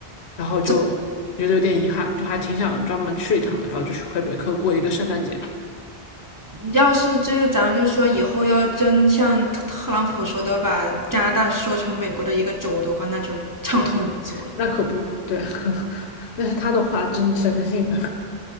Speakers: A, on the left; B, on the right.
A: 然后就
B: 这
A: 觉得有点遗憾，就还挺想专门去一趟的，然后就去魁北克过一个圣诞节。
B: 要是这个咱们就说以后要真像特特朗普说的，把加拿大收成美国的一个州的话，那就畅通无阻了。
A: 嗯，那可不嘛，对，<laughs> 那是他的话，真谁能信呢？